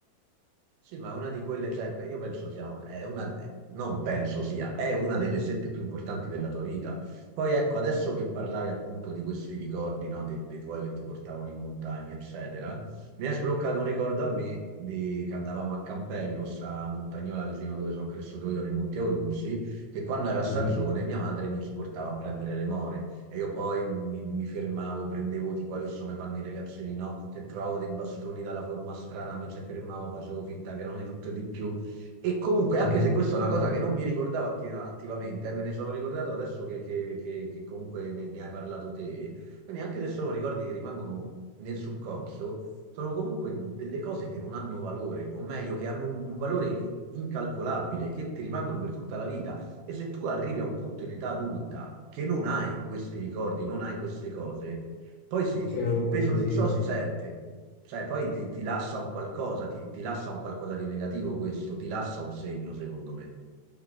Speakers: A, on the right; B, on the left.
A: Sì, ma è una di quelle, cioè, pe- io penso sia un- è una, eh, non penso sia, è una delle scelte più importanti della tua vita. Poi ecco, adesso che parlavi appunto di questi ricordi, no, dei, dei tuoi che ti portavano in montagna, eccetera, mi hai sbloccato un ricordo a me di che andavamo a Campello, sta montagnola vicino dove sono cresciuto io, nei Monti Aurunzi, che quando era stagione
B: Mhm,
A: mia madre mi ci portava a prendere le more. E io poi mi, mi fermavo, prendevo tipo adesso come fanno i ragazzini, no? Se trovavo dei bastoni dalla forma strana, mi ci fermavo, facevo finta che erano di tutto e di più. E comunque, anche
B: mhm.
A: se questa è una cosa che non mi ricordavo atti- attivamente, eh, me ne sono ricordato adesso che, che- che- che comunque ne, ne hai parlato te, quindi anche se sono ricordi che rimangono nel subconscio, sono comunque delle cose che non hanno valore, o meglio, che hanno un, un valore incalcolabile, che ti rimangono per tutta la vita. E se tu arrivi a un punto in età adulta che non hai questi ricordi, non hai queste cose, poi si-
B: Cioè, è un,
A: il peso
B: è un casino.
A: di ciò si sente, cioè poi ti, ti lascia un qualcosa, ti, ti lascia un qualcosa di negativo questo, ti lascia un segno, secondo me.